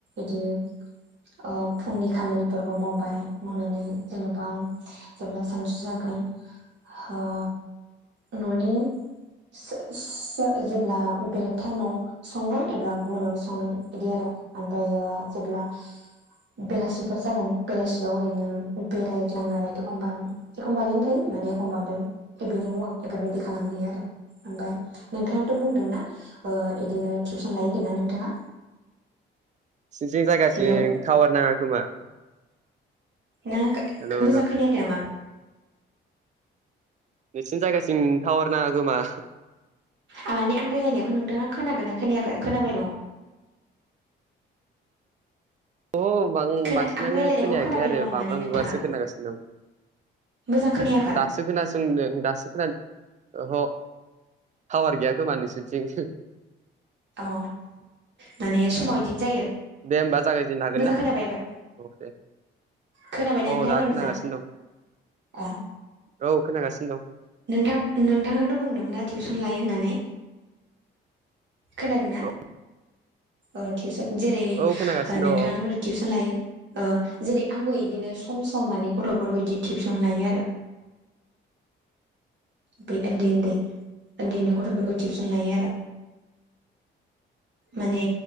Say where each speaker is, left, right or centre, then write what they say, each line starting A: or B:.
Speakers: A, on the right; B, on the right.
A: इदि अ फुंनि खामानिफोरखौ मावबाय। मावनानै जेनेबा जेब्ला सानसु जागोन ओ न'नि सो सोर जेब्ला बेलेग टाइमाव संगोन एब्ला गुबुनावो संगोन इदि आरो ओमफ्रायो जेब्ला बेलासेफोर जागोन बेलास सेयाव ओरैनो बेरायग्लाङो आरो एखमबा एखमबा ओरैनो थायो माने एखमबा ए बेनि बेनि मुवा बेफोरबायदि खालामहैयो आरो। ओमफ्राय नोंथाङाथ' बुंदोंना ओ बिदिनो टिउसन लाय होनदों ना नोंथाङा?
B: नोंसिनिथिं जायगाथिं
A: हेलौ
B: टावार नाङा खोमा
A: नों
B: हेलौ हेलौ
A: मोजां खोनायाखै नामा?
B: नोंसिनि जायगासिम थावरनाङा खोमा?
A: आं माने आं रायलायनायखौ नोंथाङा खोनागोनना खोनायाखै खोनाबाय दङ।
B: अ बां
A: खोना
B: बांसिनानो
A: आं रायलायनायखौ
B: खोनायाखै
A: खोनाबाय
B: आरो
A: दङ
B: बांब्रा
A: माने नोंथाङा
B: बुब्रासो खोनागासिनो दं।
A: मोजां खोनायाखै?
B: दासो खोनासंदों दासो खोना अह टावार गैय खोमा नोंसिनिथिं
A: अ माने समाव इदिनो जायो
B: दे ओमबा जागायजेननो हागोन
A: मोजां
B: ना
A: खोनाबायबा
B: औ दे?
A: खोनाबायना
B: अ
A: नोंथां
B: दा
A: एबार
B: खोनागासिनो
A: मोजां
B: दं
A: अ
B: औ खोनागासिनो दं।
A: नोंथां नोंथाङाथ' बुंदोंमोन ना टिउसन लायो होननानै खोनादोंना
B: दं
A: ओ टिउसन जेरै नोंथाङानो
B: औ खोनागासिनो
A: हरै टिबसन लायो ओ जेरै आंबो इदिनो सम सम माने गथ'फोरखौ इदि टिबसन लायो आरो। बै ओन्दै ओन्दै ओन्दै ओन्दै गथ'फोरखौ टिबसन लायो आरो। माने